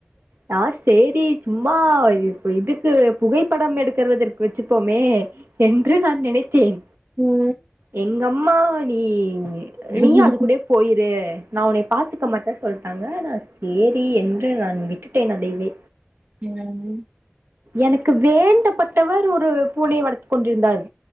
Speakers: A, on the right (about 55°); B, on the right (about 30°).
A: நா சேரி சும்மா ஆ இப்ப இதுக்கு புகைப்படம் எடு க்கிறதற்கு வச்சுப்போமே என்று நா நினைத்தேன்
B: ம்
A: எங்க அம் மா நீ
B: ம்
A: நீயும் அது கூடே போயிரு நா உன்னைய பாத்துக் க மாட்ட சொல்ட்டாங்க நா சேரி என்று நான் விட்டுட்டே நா தெய்வே
B: என்னாது
A: எனக்கு வேண்டப்பட்டவர் ஒரு பூனைய வளத்துக் கொண்டிருந்தார்